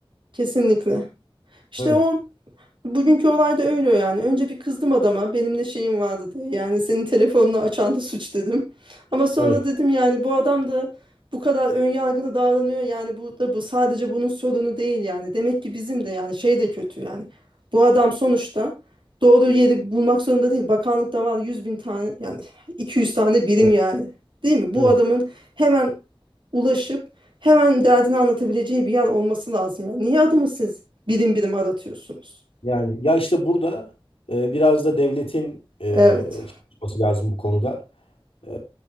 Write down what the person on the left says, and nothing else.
Evet.
Evet,
evet,
evet.
Yani ya işte burada e, biraz da devletin e,
çalışması lazım bu konuda. E,